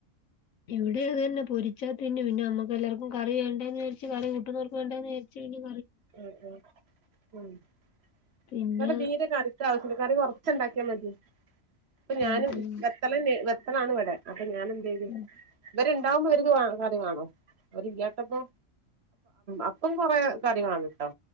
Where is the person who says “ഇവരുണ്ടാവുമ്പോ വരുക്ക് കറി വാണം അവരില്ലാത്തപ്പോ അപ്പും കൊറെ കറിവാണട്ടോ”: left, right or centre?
Right